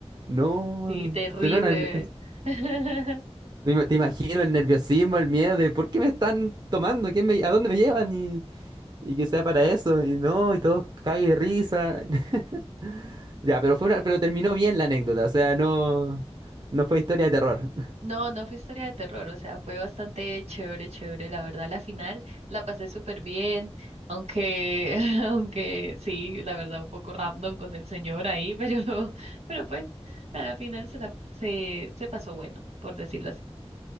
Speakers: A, on the right; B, on the right.
A: No,
B: Sí, terrible.
A: suena una-
B: <laughs>
A: me ima- te imagino el nerviosismo, el miedo de por qué me están tomando, ¿Quién me- a dónde me llevan y, y que sea para eso y no, y todos cague de risa. <laughs> Ya, pero fue una- pero terminó bien la anécdota, o sea, no no fue historia de terror.
B: No, no fue historia de terror, o sea, fue bastante chévere, chévere, la verdad, la final la pasé súper bien, aunque, <laughs> aunque sí, la verdad, un poco random con el señor ahí, <laughs> pero, pero pues, a la final se la, se, se pasó bueno, por decirlo así.